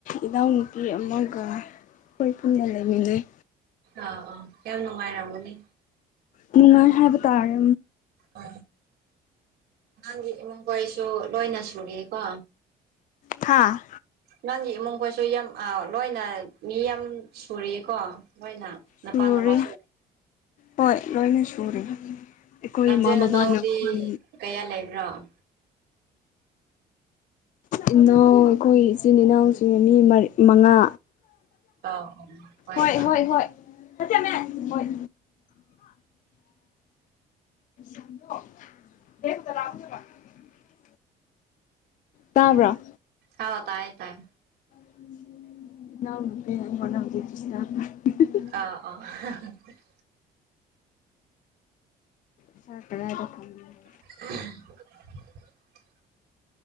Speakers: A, on the left; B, on the right.
A: ꯏꯅꯥꯎꯅꯨꯄꯤ ꯑꯃꯒ꯫ ꯑꯩꯈꯣꯏ ꯄꯨꯝꯅ ꯂꯩꯃꯤꯅꯩ꯫
B: ꯑꯥ ꯌꯥꯝ ꯅꯨꯡꯉꯥꯏꯔꯝꯒꯅꯤ꯫
A: ꯅꯨꯡꯉꯥꯏ ꯍꯥꯏꯕ ꯇꯥꯔꯦ꯫
B: ꯑ ꯅꯪꯒꯤ ꯏꯃꯨꯡ ꯀꯣꯏꯁꯨ ꯂꯣꯏꯅ ꯁꯔꯤꯀꯣ꯫
A: ꯍꯥꯥ
B: ꯅꯪꯒꯤ ꯏꯃꯨꯡꯒꯣꯏꯁꯨ ꯌꯥꯝ ꯂꯣꯏꯅ ꯃꯤ ꯌꯥꯝ ꯁꯨꯔꯤꯀꯣ ꯂꯣꯏꯅ꯫ ꯅꯄꯥꯥ
A: ꯁꯨꯔꯦ
B: ꯅꯃꯥꯁꯨ꯫
A: ꯍꯣꯏ ꯂꯣꯏꯅ ꯁꯨꯔ ꯑꯩꯈꯣꯏ
B: ꯅꯆꯤꯟ
A: ꯏꯃꯥ ꯕꯕꯥꯅ ꯈꯨꯟ
B: <unintelligible> ꯀꯌꯥ ꯂꯩꯕ꯭ꯔꯣ꯫
A: ꯏꯅꯥꯎ ꯑꯩꯈꯣꯏ ꯏꯆꯤꯟ ꯏꯅꯥꯎꯁꯦ ꯃꯤ ꯃ ꯃꯉꯥ꯫
B: ꯑꯧ ꯑꯧ ꯇꯥꯏ
A: ꯍꯣꯏ
B: ꯇꯥꯏ
A: ꯍꯣꯏ ꯍꯣꯏ <unintelligible> ꯍꯣꯏ <unintelligible> ꯇꯥꯕ꯭ꯔꯥ
B: ꯍꯥꯎ ꯇꯥꯏ ꯇꯥꯏꯑꯦ
A: <unintelligible>
B: ꯑꯥ ꯑꯥ <unintelligible>
A: <unintelligible>
B: <unintelligible>